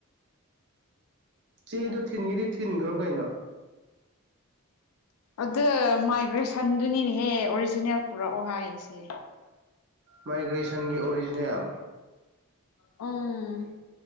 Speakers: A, on the right; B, on the left.
A: ꯆꯦꯗꯣ ꯊꯤꯟꯒꯗꯤ ꯊꯤꯟꯈ꯭ꯔꯣ ꯀꯩꯅꯣ
B: ꯑꯗꯨ ꯃꯥꯏꯒ꯭ꯔꯦꯁꯟꯗꯨꯅꯤꯅꯦꯍꯦ ꯑꯣꯔꯤꯖꯤꯅꯦꯜ ꯄꯨꯔꯛꯑꯣ ꯍꯥꯏꯁꯦ
A: ꯃꯥꯏꯒ꯭ꯔꯦꯁꯟꯒꯤ ꯑꯣꯔꯤꯖꯤꯅꯦꯜ
B: ꯎꯝ